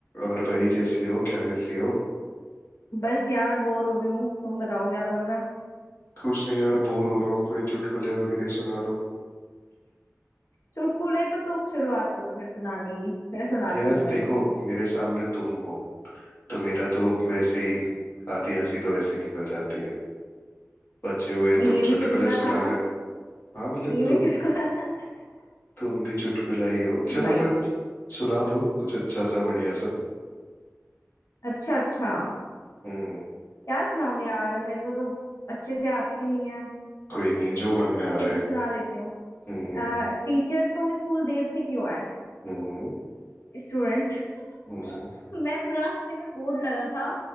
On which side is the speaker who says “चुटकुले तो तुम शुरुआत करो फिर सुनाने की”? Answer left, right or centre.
Left